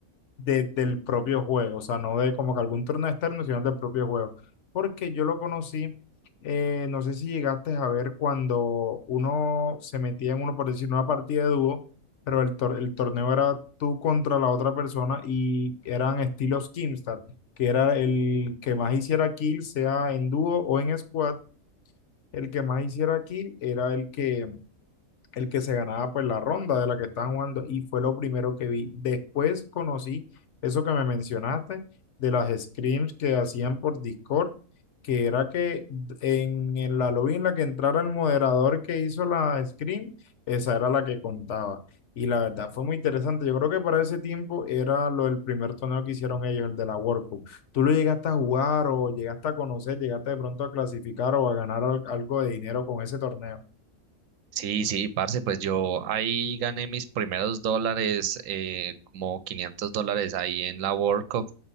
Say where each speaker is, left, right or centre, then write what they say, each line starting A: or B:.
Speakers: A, on the left; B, on the right.
A: de- del propio juego, o sea, no de como que algún torneo externo, sino del propio juego, porque yo lo conocí. Eh, no sé si llegaste a ver cuando uno se metía en uno, por decir, una partida de dúo, pero el, tor- el torneo era tú contra la otra persona y eran estilos Kimstar, que era el que más hiciera kill, sea en dúo o en squad, el que más hiciera kill era el que el que se ganaba pues la ronda de la que estaban jugando y fue lo primero que vi. Después conocí eso que me mencionaste de las scrims que hacían por Discord, que era que en, en la lobby en la que entrara el moderador que hizo la scrim, esa era la que contaba. Y la verdad fue muy interesante. Yo creo que para ese tiempo era lo del primer torneo que hicieron ellos, el de la World Cup. ¿Tú lo llegaste a jugar o llegaste a conocer, llegaste de pronto a clasificar o a ganar al- algo de dinero con ese torneo?
B: Sí, sí, parce, pues yo ahí gané mis primeros dólares, eh, como 500 dólares ahí en la World Cup,